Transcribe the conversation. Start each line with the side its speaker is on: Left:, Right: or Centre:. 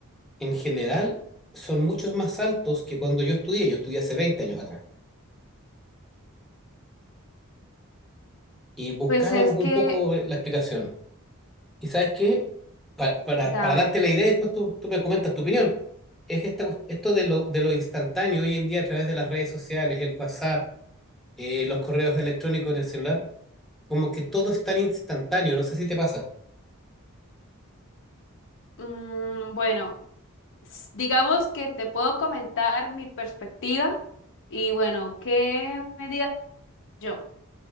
Centre: en general, son muchos más altos que cuando yo estudié. Yo estudié hace 20 años atrás. y buscábamos
Left: Pues es
Centre: un
Left: que,
Centre: poco la explicación. ¿Y sabes qué? Pa- para,
Left: da,
Centre: para
Left: a ver.
Centre: darte la idea, y después tú, tú me comentas tu opinión. Es esta, cuest- esto de lo, de lo instantáneo hoy en día a través de las redes sociales, el WhatsApp, eh, los correos electrónicos en el celular, como que todo es tan instantáneo, no sé si te pasa.
Left: ujú, mm, bueno. s- digamos que te puedo comentar mi perspectiva y bueno, ¿qué me digas yo?